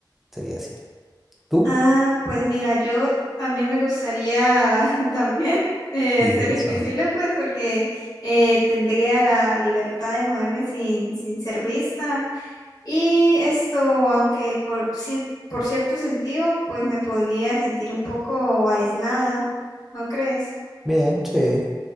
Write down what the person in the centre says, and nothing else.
Sería así. ¿Tú?
Y
eso.
Bien, che.